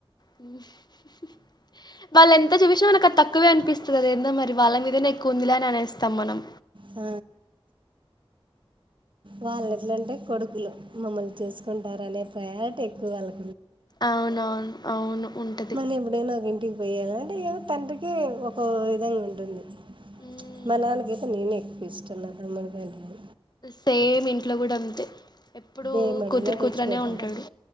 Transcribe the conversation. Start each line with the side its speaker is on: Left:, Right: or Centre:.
Left: <unintelligible> వాళ్ళు ఎంత చూపిచ్చిన మనకు అది తక్కువే అనిపిస్తుంది అద ఏందో మరి వాళ్ళ మీదనా ఎక్కువ ఉందిలే అని అనేస్తాం మనం
Right: ఆ వాళ్ళ ఎట్లంటే కొడుకులు మమ్మల్ని చూసుకుంటారునే ప్రయారిటీ ఎక్కువ వాళ్ళకి
Left: అవునవును అవును ఉంటది
Right: మనం ఎప్పుడైనా ఒక ఇంటికి పోయల అంటే ఏ తండ్రికి ఒక విధంగా ఉంటుంది.
Left: మ్మ్
Right: మ నాన్న కైతే నేనే ఎక్కువ ఇష్ట నా తమ్ముడు కంటే
Left: సేమ్ ఇంట్లో గుడా అంతే ఎప్పుడు
Right: ఏమి అడిగినా
Left: కూతురు
Right: తెచ్చి
Left: కూతురనే
Right: పెడతాడు
Left: ఉంటాడు